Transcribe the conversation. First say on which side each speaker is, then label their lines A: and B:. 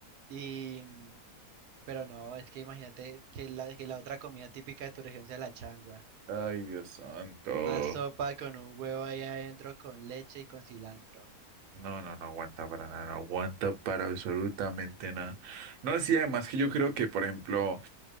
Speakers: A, on the right; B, on the right.
A: Y... mm, Pero no, es que imagínate que la, que la otra comida típica de tu región sea la changua.
B: Ay, Dios santo.
A: Una sopa con un huevo ahí adentro, con leche y con cilantro.
B: No, no, no aguanta para nada, no aguanta para absolutamente nada. No, sí, además que yo creo que, por ejemplo,